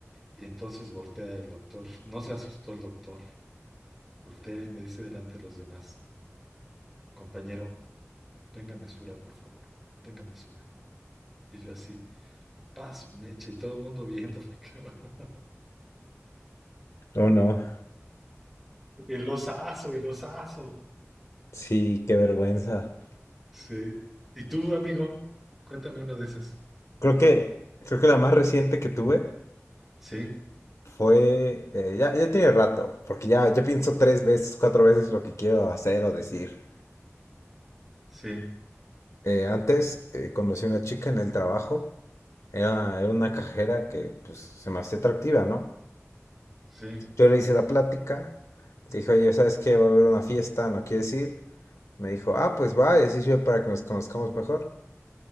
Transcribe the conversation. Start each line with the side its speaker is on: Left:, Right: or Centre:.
Centre: Y entonces voltea el doctor, no se asustó el doctor, voltea y me dice delante de los demás, compañero. tenga mesura, por favor, tenga mesura. Y yo así, paz, mecha, y todo el mundo viéndome. <laughs> cabrón.
Left: Oh, no.
Centre: El osazo, el osazo.
Left: Sí, qué vergüenza.
Centre: Sí. ¿Y tú, amigo? Cuéntame uno de esos.
Left: Creo que, creo que la más reciente que tuve
Centre: Sí,
Left: fue, eh, ya, ya tiene rato, porque ya, ya pienso tres veces, cuatro veces lo que quiero hacer o decir.
Centre: sí,
Left: Eh, antes eh, conocí a una chica en el trabajo. Era, era una cajera que pues, se me hacía atractiva, ¿no?
Centre: sí,
Left: Yo le hice la plática. Le dije, oye, ¿sabes qué? Va a haber una fiesta, ¿no quieres ir? Me dijo, ah, pues va, y así sirve para que nos conozcamos mejor.